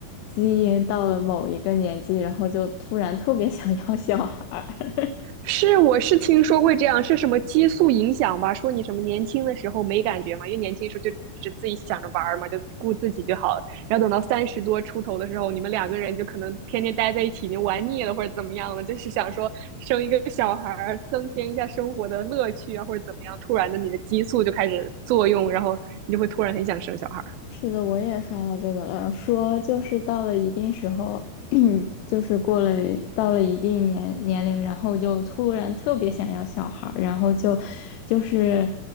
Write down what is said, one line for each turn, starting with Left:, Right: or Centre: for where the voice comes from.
Left: 基因到了某一个年纪，然后就突然特别想要小孩儿。
Right: 是，我是听说会这样，是什么激素影响吧？说你什么年轻的时候没感觉嘛，因为年轻的时候就只自己想着玩儿嘛，就顾自己就好了。然后等到三十多出头的时候，你们两个人就可能天天待在一起，已经玩腻了或者怎么样了，就是想说生一个小孩儿，增添一下生活的乐趣啊，或者怎么样。突然的，你的激素就开始作用，然后你就会突然很想生小孩儿。
Left: 是的，我也刷到这个了，说就是到了一定时候，<clears throat> 就是过了到了一定年年龄，然后就突然特别想要小孩儿然后就就是